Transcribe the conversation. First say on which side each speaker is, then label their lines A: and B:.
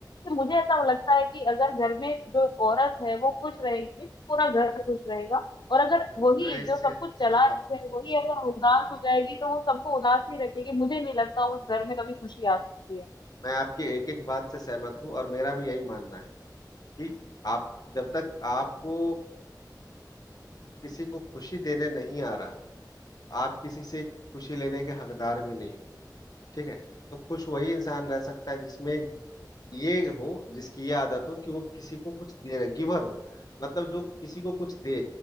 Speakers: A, on the left; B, on the left.
A: कि मुझे ऐसा लगता है कि अगर घर में जो औरत है वो खुश रहेगी तो पूरा घर खुश रहेगा और अगर
B: तो
A: वही
B: मैं इससे
A: जो सब कुछ
B: सहमत
A: चला रखे
B: हूँ
A: है वही अगर उदास हो जाएगी तो वो सबको उदास ही रखेगी मुझे नहीं लगता उस घर में कभी खुशी आ सकती है
B: मैं आपकी एक एक बात से सहमत हूँ और मेरा भी यही मानना है कि आप जब तक आपको किसी को खुशी देने नहीं आ रहा आप किसी से खुशी लेने के हकदार भी नहीं ठीक है तो खुश वही इंसान रह सकता है जिसमें ये हो जिसकी ये आदत हो कि वो किसी को कुछ दे रहा गिवर हो मतलब जो किसी को कुछ दे